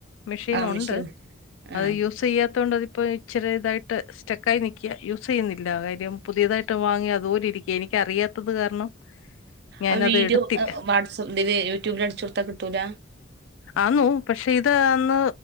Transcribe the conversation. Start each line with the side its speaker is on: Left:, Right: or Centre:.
Left: മെഷീൻ
Right: ആഹ്
Left: ഉണ്ട്
Right: മിഷീൻ
Left: അത്
Right: ആഹ്
Left: യൂസ് ചെയ്യാത്ത കൊണ്ട് അതിപ്പോ ഇച്ചിരി ഇതായിട്ട് സ്റ്റെക്കായി നിക്ക യൂസ് ചെയ്യുന്നില്ല കാര്യം പുതിയതായിട്ട് വാങ്ങി അതുപോലെ ഇരിക്ക എനിക്ക് അറിയാത്തത് കാരണം ഞാനത്
Right: ആ വീഡിയോ
Left: എടുത്തില്ല
Right: വാട്സ ഇതില് യൂട്യൂബില് അടിച്ച് കൊടുത്താ കിട്ടൂല
Left: ആന്നു പക്ഷെ ഇത് അന്ന്